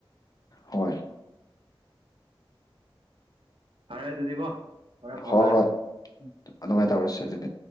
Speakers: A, on the left; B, on the right.
A: ꯍꯣꯏ
B: ꯐꯔꯦ ꯑꯗꯨꯤꯗꯤ ꯀꯣ ꯍꯣꯔꯦꯞ ꯐꯥꯎꯅꯔꯁꯦ
A: ꯍꯣꯏ ꯍꯣꯏ ꯑꯗꯨꯃꯥꯏꯅ ꯇꯧꯔꯁꯦ ꯑꯗꯨꯗꯤ